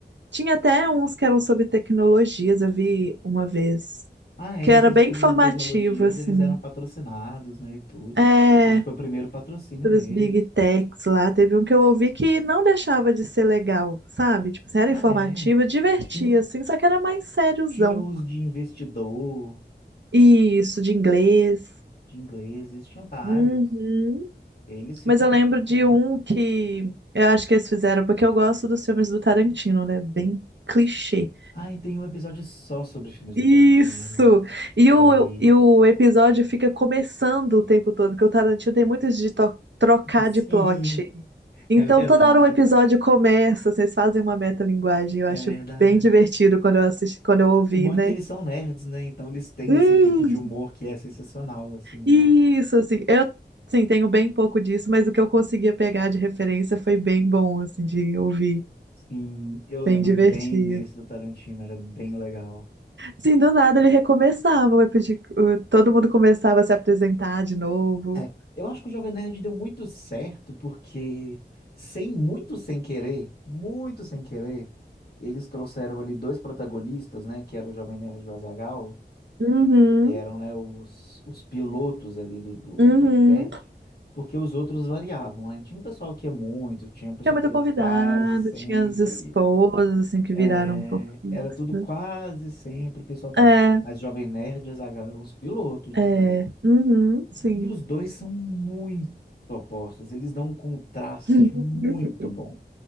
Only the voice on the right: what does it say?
Tinha até uns que eram sobre tecnologias, eu vi uma vez,
que era
bem
informativo,
assim.
É,
dos
big techs lá. Teve um que eu ouvi que não deixava de ser legal, sabe? Tipo, assim, era
informativa,
divertia,
assim, só que era mais sériozão.
Isso, de inglês.
Uhum.
Mas eu lembro de
um que eu acho que eles fizeram, porque eu gosto dos filmes do Tarantino, né? Bem clichê.
Isso!
E
o,
e o episódio fica começando o tempo todo, porque o Tarantino tem muito isso de to- trocar
de plot. Então,
toda hora o episódio começa, vocês fazem uma metalinguagem. Eu
acho
bem divertido quando eu assisti, quando eu ouvi,
né?
Hum,
isso,
assim, eu sim, tenho bem pouco disso, mas o que eu conseguia pegar de referência foi bem bom, assim, de ouvir.
Bem divertido.
Assim, do nada ele recomeçava, o epi- o- todo mundo começava a se apresentar de novo.
Uhum,
uhum.
Tinha muito
convidado,
tinha as esposas, assim, que
viraram um pouco fixas.
É,
é,
uhum, sim.
<laughs>